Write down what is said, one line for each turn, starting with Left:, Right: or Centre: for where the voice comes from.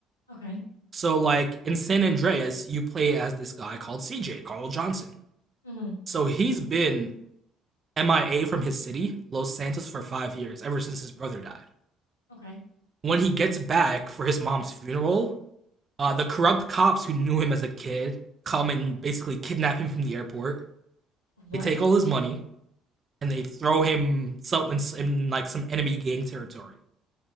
Left: Okay.
Right: So like in San Andreas, you play as this guy called CJ Carl Johnson.
Left: hmm
Right: So he's been MIA from his city, Los Santos, for five years, ever since his brother died.
Left: Okay.
Right: When he gets back for his mom's funeral, uh, the corrupt cops who knew him as a kid come and basically kidnap him from the airport.
Left: What?
Right: They take all his money and they throw him some in, in like some enemy gang territory.